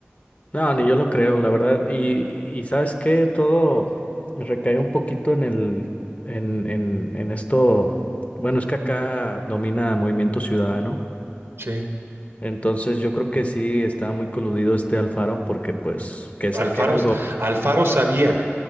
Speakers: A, on the left; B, on the right.
A: No, ni yo lo creo, la verdad. Y, y ¿sabes qué? Todo recae un poquito en el, en, en, en esto. Bueno, es que acá domina Movimiento Ciudadano.
B: Sí.
A: Entonces yo creo que sí estaba muy coludido este Alfaro porque pues que sé
B: Alfaro,
A: que era algo.
B: Alfaro sabía.